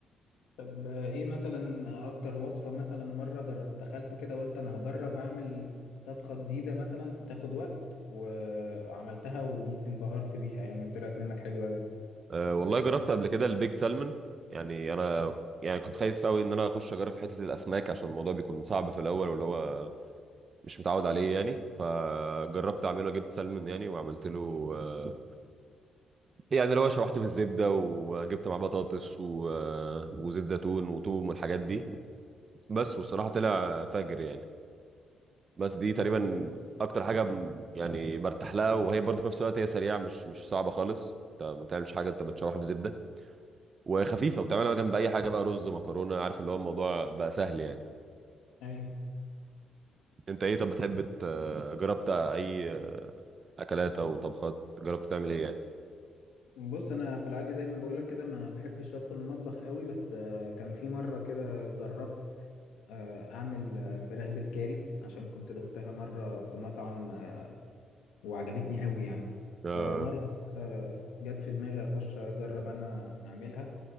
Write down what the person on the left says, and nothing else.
طب ايه مثلا اكتر وصفة مثلا مرة جر... دخلت كده قلت انا هجرب اعمل طبخة جديدة مثلا تاخد وقت وعملتها وانبهرت بيها يعني وطلعت منك حلوة قوي
طب
ايوه
بص انا في العادي زي ما بقولك كده ما بحبش ادخل المطبخ قوي بس آه، كان في مرة كده جربت آه، اعمل آه، فراخ بالكاري عشان كنت دقتها مره في مطعم آه، وعجبتني قوي يعني
فمره كده جت في دماغي اخش اجرب انا اعملها